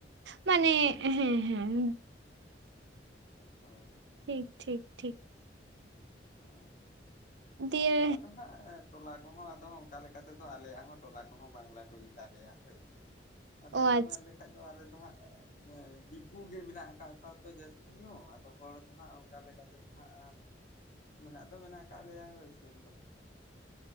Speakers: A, on the right (about 75°); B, on the left (about 45°).
A: ᱢᱟᱱᱮ, ᱦᱮᱸ ᱦᱮᱸ ᱦᱩᱸ
B: ᱦᱚᱭ,
A: ᱴᱷᱤᱠ ᱴᱷᱤᱠ ᱴᱷᱤᱠ,
B: ᱚ ᱦᱮᱸ
A: ᱫᱤᱭᱮ
B: ᱛᱚ ᱟᱫᱚ ᱦᱟᱸᱜ, ᱴᱚᱞᱟ ᱠᱚ ᱦᱚᱸ ᱟᱫᱚ ᱚᱱᱠᱟ ᱞᱮᱠᱟ ᱛᱮ ᱫᱚ ᱟᱞᱮᱭᱟᱜ ᱦᱚᱸ ᱴᱚᱞᱟ ᱠᱚ ᱦᱚᱸ ᱵᱟᱝ ᱞᱟᱴᱩ ᱛᱟᱞᱮᱭᱟ ᱦᱳᱭ ᱥᱮ, ᱟᱫᱚ
A: ᱚ
B: ᱦᱟᱸᱜ
A: ᱟᱪᱪᱷᱟ
B: ᱢᱮᱱ ᱞᱮᱠᱟᱱ ᱫᱚ ᱟᱞᱮ ᱫᱚ ᱦᱟᱸᱜ ᱮ ᱫᱤᱠ ᱩᱱᱠᱩ ᱜᱮ ᱢᱮᱱᱟᱜ ᱟᱠᱟᱫ ᱠᱚᱣᱟ ᱛᱚ ᱡᱟᱹᱥᱛᱤ ᱧᱚᱜ ᱟᱫᱚ ᱦᱚᱲ ᱫᱚ ᱦᱟᱜ ᱚᱱᱠᱟ ᱞᱮᱠᱟᱛᱮ ᱫᱚ ᱦᱟᱸᱜ ᱢᱮᱱᱟᱜ ᱫᱚ ᱢᱮᱱᱟᱜ ᱟᱠᱟᱫ ᱞᱮᱭᱟ ᱦᱳᱭ ᱥᱮ